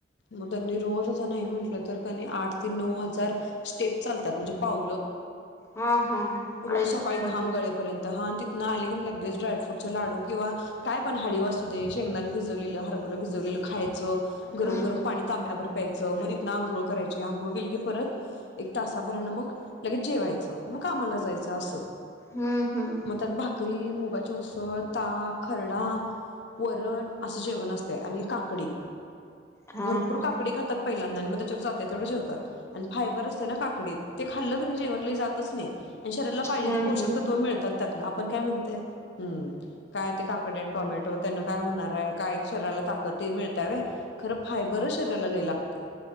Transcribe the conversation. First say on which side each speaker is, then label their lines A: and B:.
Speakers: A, on the left; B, on the left.
A: म त्यांनी रोज असं नाही म्हटलंत तर क नाई, आठ ते नऊ हजार, स्टेप चालतात, म्हणजे पावलं.
B: हा हा
A: रोज
B: आई
A: सकाळी
B: शपथ
A: घाम गळे पर्यंत हं तिथंन आले की लगेच ड्रायफ्रूटचा लाडू किंवा काय पण हळीव असू दे, शेंगदाने भिजवलेलं, हरभरं भिजवलेलं खायचं, गरम-गरम
B: हम्म
A: पाणी तांब्याभर प्यायचं, मदी ना आंघोळ करायची, आंघोळ केली की परत, एक तासाभरानं मग लगेच जेवायचं. म कामला जायचं असं,
B: हम्म हम्म
A: मग त्यात भा करी, मुगाचे उसळ, ताक, खरडा, वरण असं जेवण असतया आणि काकडी,
B: हा
A: भरपूर
B: हा
A: काकडी खातात पहिल्यांदा, म त्याच्यावर जाते तेवढ जेवतात आणि फायबर असते ना काकडीत, ते खाल्लं क नीं जेवण लई जातच नही. आणि शरीराला पाहिजे,
B: हम्म
A: ते
B: हम्म
A: पोषक तत्व मिळतात. आपण काय म्हणतय, हम्म काय ते काकडी न टोमॅटो त्यांन काय होणार हाय? काय शरीराला ताकद ते मिळत व्हय, खरं फायबरच शरीराला लई लागतय.